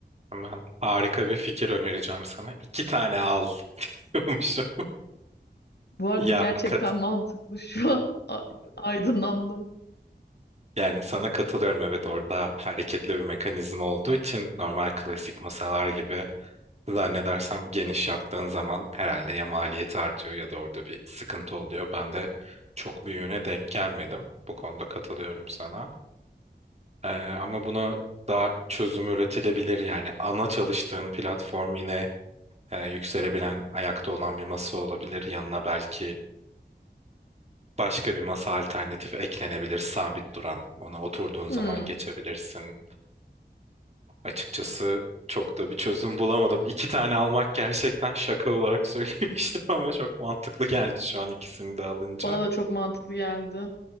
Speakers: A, on the right; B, on the left.
A: Hemen harika bir fikir önereceğim sana. İki tane al <laughs> diyormuşum.
B: Bu arada
A: Ya
B: gerçekten
A: kat
B: <laughs> mantıklı şu an. <laughs> Aydınlandım.
A: yani sana katılıyorum evet orada hareketli bir mekanizma olduğu için normal klasik masalar gibi Zannedersem geniş yaptığın zaman herhalde ya maliyeti artıyor ya da orada bir sıkıntı oluyor. Ben de çok büyüğüne denk gelmedim. Bu konuda katılıyorum sana. Ee, ama buna daha çözüm üretilebilir. Yani ana çalıştığın platform yine e, yükselebilen, ayakta olan bir masa olabilir. Yanına belki başka bir masa alternatif eklenebilir, sabit duran. Ona oturduğun
B: Hmm.
A: zaman geçebilirsin. Açıkçası çok da bir çözüm bulamadım. İki tane almak gerçekten şaka olarak <laughs> söylemiştim ama çok mantıklı geldi şu an ikisini de alınca.
B: Bana da çok mantıklı geldi.